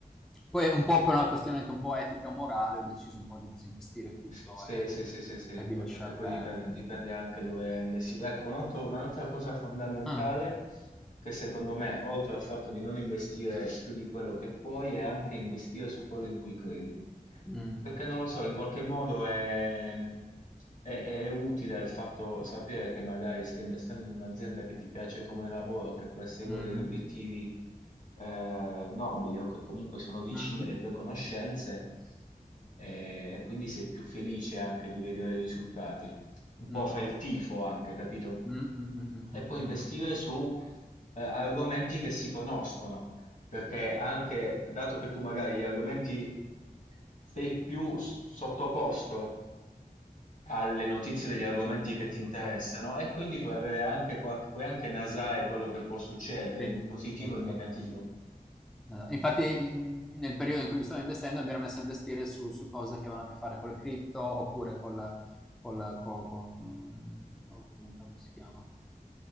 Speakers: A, in the centre; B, on the left.
A: Poi un po' per una questione anche un po' etica morale ho deciso un po' di disinvestire tutto
B: Sì,
A: e,
B: sì, sì, sì, sì,
A: e di
B: poi-
A: lasciar
B: perché poi
A: perdere.
B: dipende, dipende anche dove è investito. Ecco, un altro- un'altra cosa fondamentale
A: Ah,
B: che secondo me, oltre al fatto di non investire più di quello che puoi, è anche investire su quello in cui credi.
A: mh,
B: Perché non lo so, in qualche modo è, è- è utile il fatto sapere che magari stai investendo in un'azienda che ti piace come lavoro, che persegue
A: mh-mh,
B: degli obiettivi eh, nobili o che comunque sono vicine
A: mh-mh,
B: alle tue conoscenze eh, e quindi sei più felice anche di vedere i risultati. Un po'
A: mh, mh,
B: fai il tifo anche, capito?
A: mh, mh, mh,
B: E
A: mh,
B: poi
A: mh,
B: investire
A: mh.
B: su eh, argomenti che si conoscono, perché anche dato che tu magari gli argomenti sei più s- sottoposto alle notizie degli argomenti che ti
A: Esatto,
B: interessano e quindi puoi avere anche qualche, puoi anche nasare quello che può succedere
A: sì,
B: in positivo
A: esattamente.
B: e in negativo.
A: Eh, infatti, mhmm, nel periodo in cui stavo investendo, mi ero messo a investire su su cose che avevano a che fare con le cripto, oppure col col co con, mhmm, oh, come cavolo si chiama?